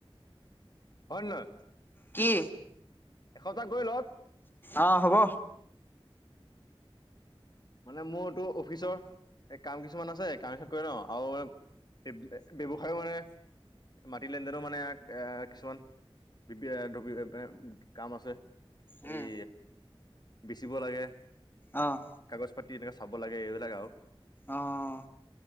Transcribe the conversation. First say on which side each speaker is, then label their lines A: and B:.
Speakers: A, on the left (about 45°); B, on the left (about 20°).
A: হয় নে নহয়?
B: কি?
A: এসপ্তাহ গৈ লওক।
B: অ হ'ব।
A: মানে মোৰতটো অফিচৰ এ কাম কিছুমান আছে, কামখিনি কৰি লওঁ আৰু এ ব্যৱসায় মানে মাটি লেনদেনো মানে এ কিছুমান ধৰি কাম আছে।
B: উম
A: এই বিচিব লাগে।
B: আহঁ।
A: পাচ পাতি এনেককা চাব লাগে এইবিলাক আৰু
B: অঁ।